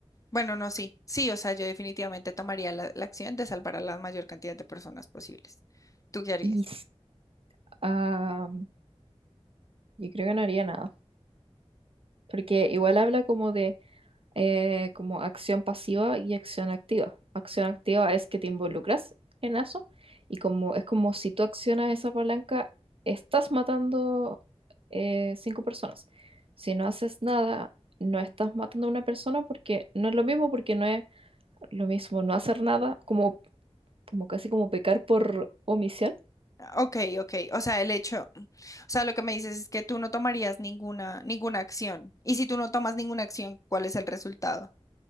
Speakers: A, on the left; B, on the right.
A: bueno, no, sí, sí, o sea, yo definitivamente tomaría la, la acción de salvar a la mayor cantidad de personas posibles. ¿Tú qué harías?
B: Y s- am, yo creo que no haría nada, porque igual habla como de eh, como acción pasiva y acción activa. Acción activa es que te involucras en eso y como es como si tú accionas esa palanca, estás matando eh, cinco personas. Si no haces nada, no estás matando a una persona porque no es lo mismo, porque no es lo mismo no hacer nada, como, como casi como pecar por omisión,
A: Ah, Ok, ok, o sea, el hecho, o sea, lo que me dices es que tú no tomarías ninguna, ninguna acción. Y si tú no tomas ninguna acción, ¿cuál es el resultado?